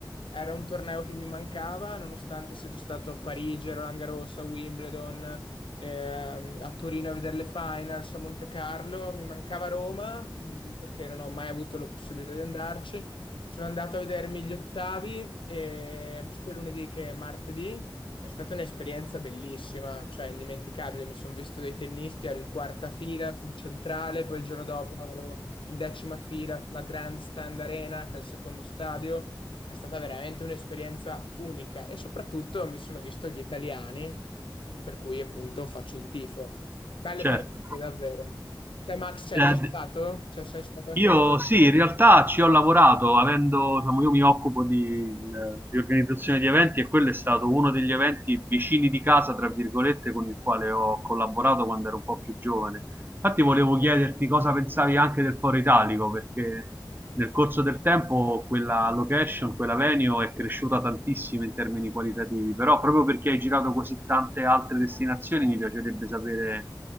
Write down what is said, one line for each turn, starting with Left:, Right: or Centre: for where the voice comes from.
Left: Era un torneo che mi mancava, nonostante sia già stato a Parigi, a Roland Garros, a Wimbledon, ehm, a Torino a vedere le finals, a Monte Carlo. Mi mancava Roma, mh, perché non ho mai avuto la possibilità di andarci. Sono andato a vedermi gli ottavi, eh, sia lunedì che martedì, è stata un'esperienza bellissima, cioè indimenticabile. Mi sono visto dei tennisti, ero in quarta fila sul centrale, poi il giorno dopo ero in decima fila sulla Grandstand Arena, che è il secondo stadio. È stata veramente un'esperienza unica e soprattutto mi sono visto gli italiani, che per cui appunto faccio il tifo. Belle
Right: Certo.
Left: partite, davvero. Te, Max, c'eri
Right: Eh,
Left: già stato? Cioè, sei stato anche
Right: io
Left: tu?
Right: sì, in realtà ci ho lavorato, avendo, insomma, io mi occupo di, eh, di organizzazione di eventi e quello è stato uno degli eventi vicini di casa, tra virgolette, con il quale ho collaborato quando ero un po' più giovane. Infatti volevo chiederti cosa pensavi anche del Foro Italico, perché nel corso del tempo quella location, quella venue è cresciuta tantissimo in termini qualitativi, però proprio perché hai girato così tante altre destinazioni mi piacerebbe sapere